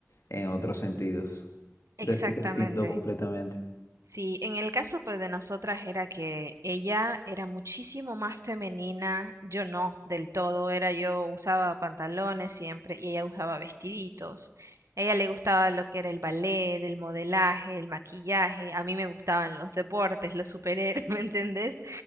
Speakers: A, on the left; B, on the right.
A: en otros sentidos. Entonces
B: Exactamente.
A: sí te entiendo completamente.
B: Sí, en el caso pues de nosotras era que ella era muchísimo más femenina, yo no, del todo, era yo usaba pantalones siempre y ella usaba vestiditos. A ella le gustaba lo que era el ballet, el modelaje, el maquillaje, a mí me gustaban los deportes, los superhéroes, <laughs> ¿me entendés?